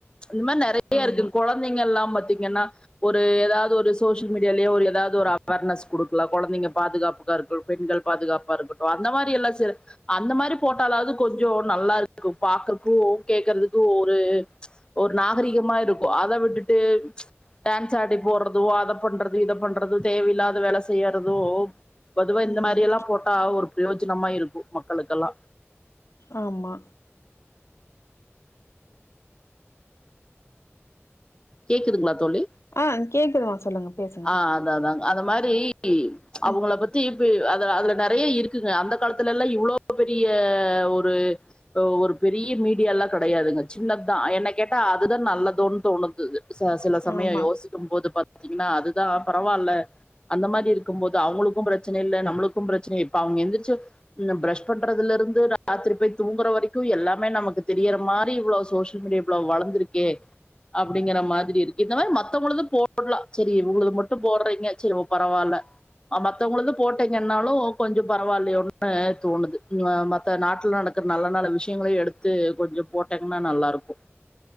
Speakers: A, on the left (about 20°); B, on the left (about 65°).
A: இந்த மாதிரி நிறைய
B: ஆமா.
A: இருக்கு கொழந்தைங்க எல்லா பாத்தீங்கன்னா ஒரு ஏதாவது ஒரு சோசியல் மீடியாலேயோ ஏதாவது ஒரு அவேர்னஸ் குடுக்லா கொழந்தைங்க பாதுகாப் பா இருக்ட்டு பெண்கள் பாதுகாப்பா இருக்கட்டு அந்த மாதிரி எல்லாம் செ அந்த மாதிரி போட்டாலாவது கொஞ்சோ நல்லா இருக்கு பாக்குறக்கு கேக்குறதுக்கு ஒரு ஒரு நாகரிகமா இருக்கு அத விட்டுட்டு டான்ஸ் ஆடி போடுறதூ அத பண்றது இத பண்றது தேவையில்லாத வேலை செய்யறதோ பொதுவா இந்த
B: ம்.
A: மாதிரி எல்லா போட்டா ஒரு பிரயோஜனமா இருக்கு மக்களுக்கெல்லா
B: ஆமா
A: கேக்குதுங்ளா தோழி
B: ஆ கேக்குதுமா சொல்லுங்க பேசுங்க.
A: ஆ அதா அதா அந்த மாரி அவுங்கள
B: ம்.
A: பத்தி இப்ப அது அதுல நிறைய இருக் குது அந்த காலத்துல எல்லா இவ்ளோ பெரிய ஒரு ஒரு பெரிய மீடியாலா கெடையாதுங்க சின்னத்தா என்ன கேட்டா அதுதா நல்லதோன்னு தோணுது ச சில சமயோ
B: ஆமா.
A: யோசிக்கும் போது பாத்தீங்கின்னா அதுதா பரவால்ல அந்த மாரி இருக்கும்போது அவுங்களுக்கும் பிரச்சன இல்ல நம்மளுக்கும் பிரச்சன இப்ப அவுங்க எந்திர்ச்சா இதுல பிரஷ் பண்றதுல இருந்து ராத்ரி போய் தூங்குற வரைக்கு எல்லாமே நமக்கு தெரியிற மாரி இவ்ளோ சோசியல் மீடியா இவ்ளோ வளந்திருக்கே அப்டிங்கிற மாதிரி இருக்கு இந்த மாதிரி மத்தவுங்ழுது போ போட்லா செரி உங்களுக்கு மட்டும் போட்றீங்க செரி ஓ பரவால்ல மத்தவங்ழுது போட்டீங்கன்னாலு கொஞ்சோ பரவாலயோனு தோணுது மத்த நாட்டுல நட நல்ல நல்ல விஷயங்களையு எடுத்து கொஞ்சம் போட்டீங்கன்னா நல்லாருக்கு